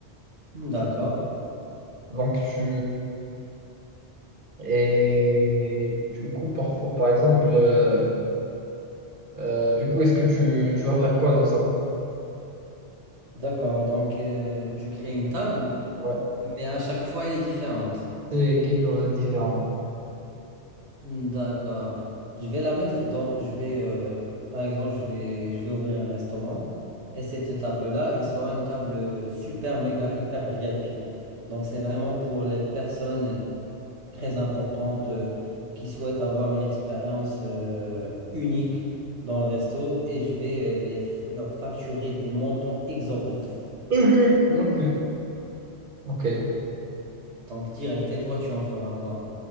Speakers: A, on the right (about 85°); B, on the right (about 50°).
A: D'accord,
B: Donc tu Et du coup, parfois, par exemple, euh, euh, du coup, est-ce que tu, tu vas faire quoi de ça?
A: d'accord. Donc, euh, je crée une table.
B: Ouais,
A: Mais à chaque fois, elle est différente.
B: c'est quelque chose de différent.
A: D'accord. Je vais la mettre dans. Je vais, euh, par exemple, je vais, je vais ouvrir un restaurant et cette table-là, elle sera une table super, méga, hyper VIP. Donc, c'est vraiment pour les personnes très importantes euh, qui souhaitent avoir une expérience euh, unique dans le resto et je vais euh, les, f- leur facturer des montants exorbitants.
B: Ok, ok, ok.
A: Donc, direct, et toi, tu en feras quoi?